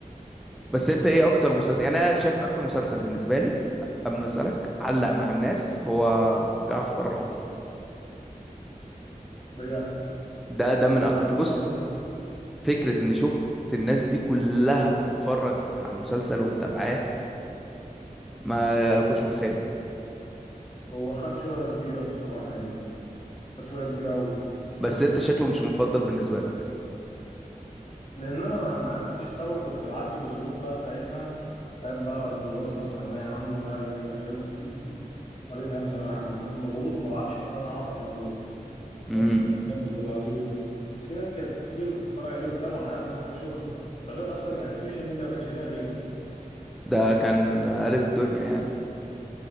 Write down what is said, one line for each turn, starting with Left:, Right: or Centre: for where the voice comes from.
Centre: بس انت ايه اكتر مسلسل يعني انا شايف ان اكتر مسلسل بالنسبه لي قبل ما اسالك علق مع الناس هو جعفر العمدة
Left: بجد
Centre: ده ده من اكتر
Left: جعفر
Centre: بص
Left: العمدة
Centre: فكرة اني شفت الناس دي كلها بتتفرج على المسلسل ومتابعاه ما كنتش متخيلها
Left: هو خد شهرة كبيرة بصراحة يعني خد شهرة كبيرة أوي
Centre: بس انت شكله مش المفضل بالنسبة لك
Left: لأن أنا ما ما عرفتش أتابعه كنت بعدي بظروف بقى ساعتها فاهم بقى الدراسة وثانوية عامة بقى وإلى آخره تقريبا يعني وبعدين فاهم ثانوية عامة كنت مضغوط ما بعرفش أصلا أقعد في رمضان
Centre: امم
Left: فاهم فبرضه كانت بتبقى ظروف بس في ناس كانت كتير بتتفرج عليه وبتتابعه أنا عارف إن هو خد شهرة ده غير أصلا يعني السوشيال ميديا ما كانش ليها غيره
Centre: ده كان قالب الدنيا يعني